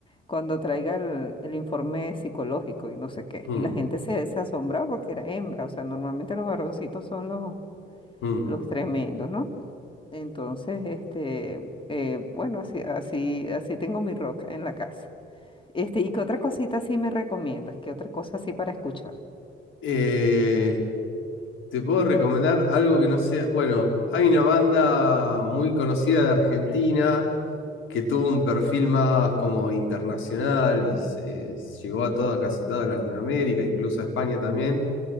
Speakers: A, on the left; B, on the left.
A: cuando traiga el, el informe psicológico y no sé qué.
B: mm,
A: Y la gente se, se asombraba porque era hembra, o sea, normalmente los varoncitos son los,
B: mm.
A: los tremendos, ¿no? Entonces, este, eh, bueno, así, así, así tengo mi rock en la casa. Este, ¿y qué otra cosita sí me recomiendas? ¿Qué otra cosa así para escuchar?
B: Eh, te puedo recomendar algo que no sea. Bueno, hay una banda muy conocida de Argentina que tuvo un perfil más como internacional y se, llegó a toda, casi toda Latinoamérica, incluso a España también,